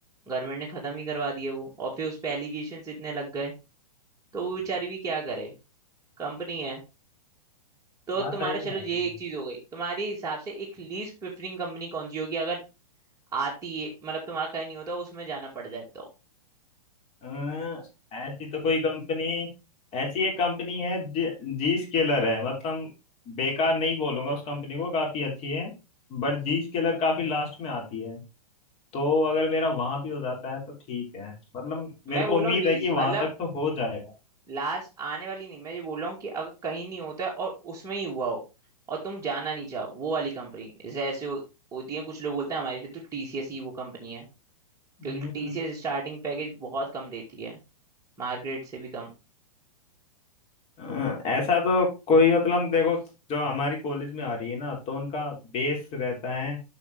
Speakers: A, on the right (about 15°); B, on the left (about 30°).
A: गवर्नमेंट ने खत्म ही करवा दिया वो और फिर उस पे एलिगेशन इतने लग गए तो वो बेचारी भी क्या करे कंपनी है तो
B: हाँ
A: तुम्हारा
B: सही
A: चलो
B: बात
A: ये
B: है
A: एक चीज हो गई तुम्हारे हिसाब से एक लीस्ट प्रेफरिंग कंपनी कौन सी होगी अगर आती है मतलब तुम्हारा कहीं नहीं होता उसमें जाना पड़ जाए तो
B: अं, ऐसी तो कोई कंपनी ऐसी एक कंपनी है जी, जी स्केलर है मतलब बेकार नहीं बोलूंगा उस कंपनी को काफी अच्छी है बट जी स्केलर काफी लास्ट में आती है तो अगर मेरा वहां भी हो जाता है तो ठीक है मतलब
A: मैं
B: मेरे को
A: बोल
B: उम्मीद
A: रहा हूँ लीस्ट
B: है कि वहां
A: मतलब
B: तक तो हो जाएगा
A: लास्ट आने वाली नहीं मैं ये बोल रहा हूँ कि अगर कहीं नहीं होता है और उसमें ही हुआ हो और तुम जाना नहीं चाहो वो वाली कंपनी जैसे ऐसे हो, होती है कुछ लोग बोलते हैं हमारे लिए तो टीसीएस ही वो कंपनी है
B: हम्म,
A: क्योंकि टीसीएस स्टार्टिंग पैकेज बहुत कम देती है मार्केट से भी कम
B: अं, ऐसा तो कोई मतलब देखो जो हमारी कॉलेज में आ रही है ना तो उनका बेस रहता है